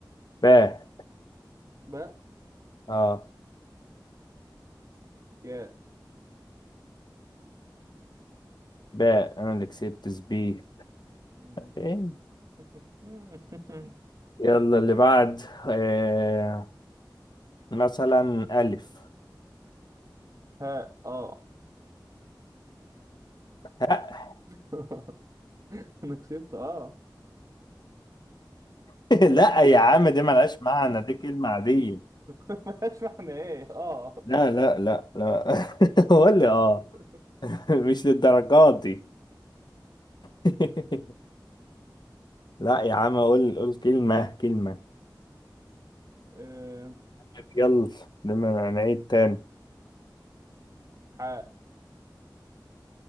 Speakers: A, on the left (about 65°); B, on the right (about 45°).
A: باء
B: باء
A: اه
B: ياء
A: باء انا اللي كسبت سبي
B: مم.
A: إيه؟
B: <laughs>
A: يلا اللي بعد آه مثلا الف
B: ها اه
A: ها
B: <laughs> أنا كسبت أه
A: <laughs> لا يا عم دي ملهاش معنى دي كلمة عادية
B: <laughs> ماشي احنا ايه اه
A: لا لا لا لا <laughs> قول لي
B: <laughs>
A: اه <laughs> مش للدرجات دي <laughs> لا يا عم قول قول كلمة كلمة
B: أم،
A: يلا لما نعيد تاني
B: حاء